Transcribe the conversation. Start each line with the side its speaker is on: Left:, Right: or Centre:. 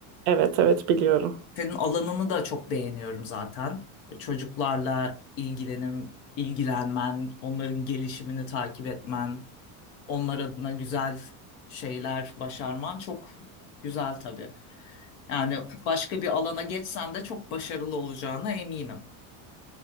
Right: Evet evet biliyorum.
Left: Senin alanını da çok beğeniyorum zaten. Çocuklarla ilgilenim, ilgilenmen, onların gelişimini takip etmen, onlar adına güzel şeyler başarman çok güzel tabii. Yani başka bir alana geçsen de çok başarılı olacağına eminim.